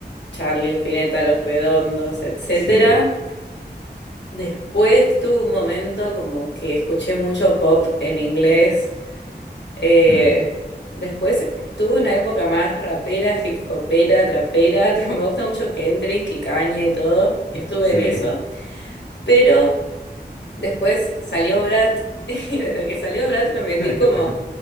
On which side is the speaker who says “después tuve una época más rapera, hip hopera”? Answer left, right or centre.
Left